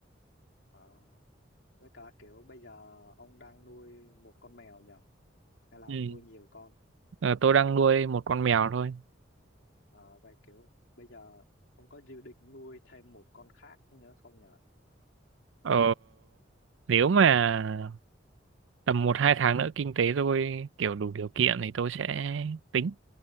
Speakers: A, on the left; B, on the right.
A: Ờ, với cả kiểu bây giờ ông đang nuôi một con mèo nhỉ hay là
B: Ừ.
A: ông nuôi nhiều con
B: Ờ, tôi đang nuôi một con mèo thôi
A: Ờ, vậy kiểu bây giờ ông có dự định nuôi thêm một con khác nữa không nhỉ
B: ờ nếu mà tầm một hai tháng nữa kinh tế tôi kiểu đủ điều kiện thì tôi sẽ tính